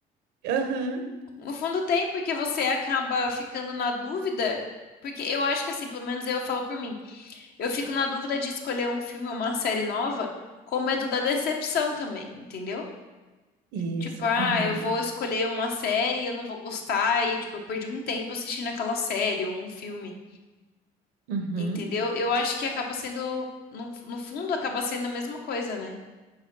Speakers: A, on the right; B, on the left.
A: Aham.
B: No fundo tem, porque você acaba ficando na dúvida, porque eu acho que assim, pelo menos eu falo por mim, eu fico na dúvida de escolher um filme ou uma série nova com medo da decepção também, entendeu?
A: Isso.
B: Tipo, ah,
A: Aham.
B: eu vou escolher uma série, e eu não vou gostar, e tipo, eu perdi um tempo assistindo aquela série ou um filme,
A: Uhum.
B: entendeu? Eu acho que acaba sendo, no, no fundo, acaba sendo a mesma coisa, né?